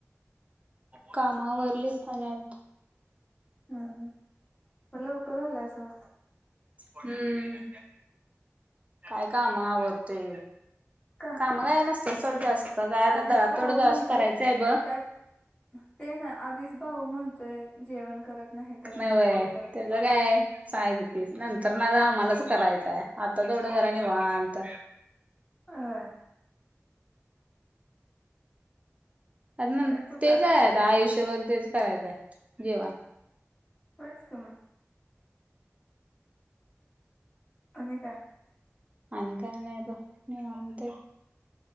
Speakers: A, on the right; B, on the left.
A: काम आवरलीत आणि आलो.
B: हां हां म लवकर आलिय असात?
A: हम्म काय काम आवरतेय.
B: का?
A: मया नसतंय सोड जास्त काय आता
B: आधीच
A: दलाप
B: भाऊ
A: तेवढं जरासं
B: म्हणतोय
A: करायचंय ब.
B: त्यात ते ना आधीच भाऊ म्हणतोय जेवण करत नाही करत
A: नहि
B: ना
A: होय
B: ते करत
A: त्याच काय. साय घेतीस नंतर ना आम्हालाच करायचंय आता तेवढं जरा निवांत.
B: होय.
A: आ न
B: काय कुठं
A: तेच
B: अस
A: आहे आता आयुष्यभर तेच करायचं आहे जेवण.
B: होयचं का म. तुम्ही का?
A: आणि काय नाही ब निवांत हे.